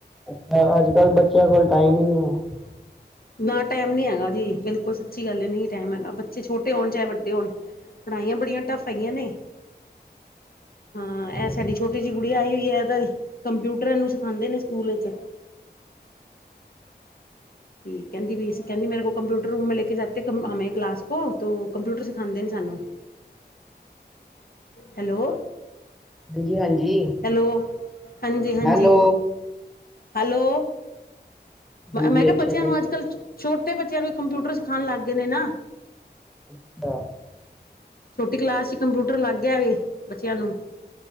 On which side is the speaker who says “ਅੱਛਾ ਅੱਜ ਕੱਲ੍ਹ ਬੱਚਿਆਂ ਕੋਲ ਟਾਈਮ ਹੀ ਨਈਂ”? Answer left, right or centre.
Centre